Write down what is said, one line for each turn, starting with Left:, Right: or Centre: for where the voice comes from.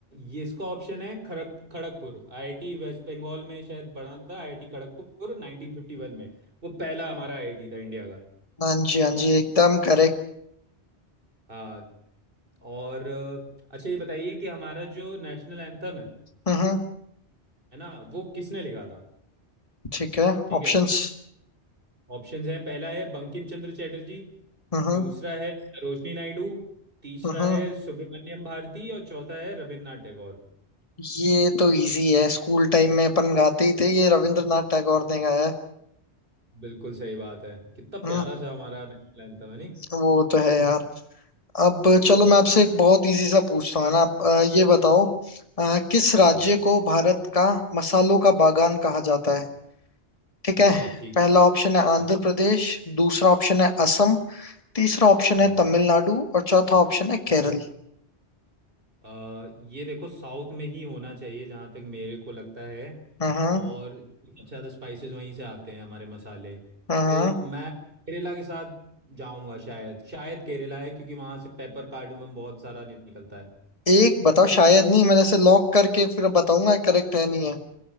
Right: ये इसका ऑप्शन है खड़क खड़गपुर आईआईटी वेस्ट बंगाल में शायद बना था IIT Kharagpur 1951 में वो पहला हमारा आईआईटी था इंडिया का
Left: हाँ जी हाँ जी एकदम करेक्ट
Right: हाँ और अ, अच्छा ये बताइए कि हमारा जो नेशनल एंथम है
Left: हम्म
Right: है ना वो किसने लिखा था
Left: ठीक है
Right: ठीक
Left: ऑप्शंस
Right: है ऑप्शंस हैं पहला है बंकिम चंद्र चटर्जी
Left: हम्म
Right: दूसरा है सरोजनी नायडू तीसरा
Left: हम्म
Right: है सुब्रमण्यम भारती और चौथा है रविन्द्रनाथ टैगोर
Left: ये तो इजी है स्कूल टाइम में अपन गाते ही थे ये रविंद्रनाथ टैगोर ने
Right: हाँ,
Left: गाया है
Right: बिल्कुल सही बात है कितना
Left: हम्म
Right: प्यारा सा हमारा नेशनल एंथम है नहीं
Left: वो तो है यार अब चलो
Right: सही
Left: मैं
Right: बात
Left: आपसे एक बहुत इजी सा पूछता हूँ है ना आप अ, ये बताओ अ, किस राज्य
Right: हाँ।
Left: को भारत का मसालों का बागान कहा जाता है ठीक है
Right: अच्छा ठीक
Left: पहला ऑप्शन है आंध्र
Right: हाँ
Left: प्रदेश दूसरा ऑप्शन है
Right: हाँ
Left: असम तीसरा ऑप्शन
Right: हाँ
Left: है तमिलनाडु और चौथा ऑप्शन है केरल
Right: अ, ये देखो साउथ में ही होना चाहिए जहाँ तक मेरे को लगता है
Left: हाँ हाँ
Right: और सबसे ज़्यादा स्पाइसेस वहीं से आते हैं हमारे मसाले
Left: हाँ हाँ।
Right: तो मैं केरला के साथ जाऊंगा शायद शायद केरला है क्योंकि वहाँ से पेपर कार्डमम बहुत सारा निकलता है
Left: एक बताओ शायद नहीं मैंने ऐसे लॉक करके फिर बताऊंगा करेक्ट है नहीं है